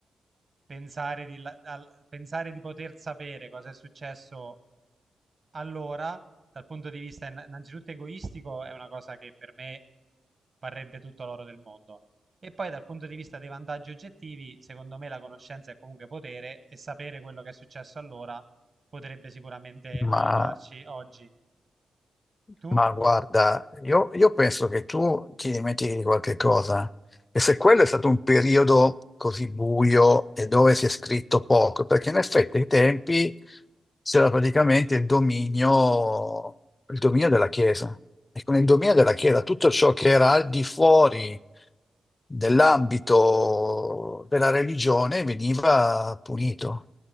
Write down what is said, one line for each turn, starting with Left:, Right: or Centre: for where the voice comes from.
Right: pensare di, la- al- pensare di poter sapere cosa è successo Allora, dal punto di vista inna- innanzitutto egoistico, è una cosa che per me varrebbe tutto l'oro del mondo. E poi dal punto di vista dei vantaggi oggettivi, secondo me la conoscenza è comunque potere e sapere quello che è successo allora potrebbe sicuramente
Left: Ma
Right: aiutarci oggi. Tu?
Left: Ma guarda, io, io penso che tu ti dimentichi di qualche cosa. E se quello è stato un periodo così buio e dove si è scritto poco, perché in effetti ai tempi c'era praticamente il dominio, il dominio della Chiesa. E con il dominio della Chiesa tutto ciò che era al di fuori nell'ambito della religione veniva punito.